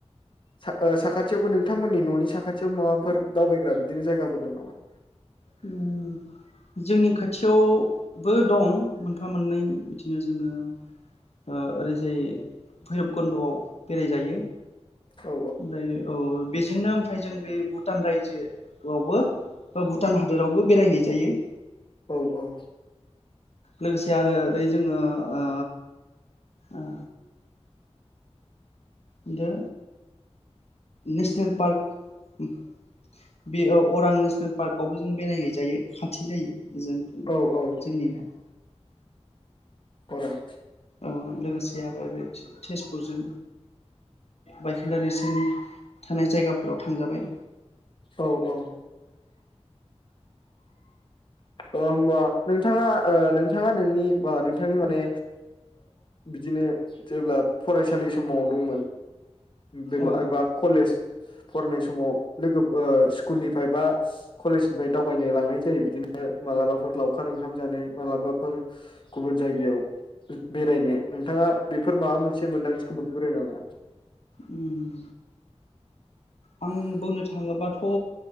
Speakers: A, on the left; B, on the left.
A: सा-साखाथियावबो नोंथांमोननि न'नि साखाथियाव माबाफोर दावबायग्रा बिदिनो जायगाफोर दं नामा?
B: ओम जोंनि खाथियाव बो दं मोनफा मोननै। बिदिनो जोङो ओ ओरैजाय भैरबकन्द'आव बेरायजायो
A: औ
B: ओमफाय औ बेजोंनो ओमफ्राय जों बे भुटान राय जोआवबो भुटान हादोरावबो बेराय हैजायो।
A: औ औ।
B: लोगोसे आरो ओरै जोङो ओ ओ इनथो नेसनेल पार्क बे अरां नेसनेल पार्कआवबो जों बेरायहैजायो खाथि जायो। जोंनिखै
A: औ औ
B: जोंनिनो।
A: अरां
B: औ लोगोसे आर ओरै तेजपुरजों बायखोनदा नेरसो जोंनि थानाय जायगाफोराव थांजाबाय
A: औ औ। ओ होमबा नोंथाङा ओ नोंथाङा नोंनि बा नोंथांनि माने बिदिनो जेब्ला फरायसालि समाव दंमोन बे
B: औ
A: एबा कलेज फरायनाय समाव लोगो स्कुलनिफ्राय बा कलेजनिफ्राय दावबायनो लांनाय जायो बिदिनो मालाबाफोर लावखार ओंखाम जानो मालाबाफोर गुबुन जायगायाव बेरायनो नोंथाङा बेफोर माबा मोनसे मोनदांथिखौ मोनफेरबाय नामा?
B: उम
A: <inaudible>
B: आं बुंनो थाङोबाथ'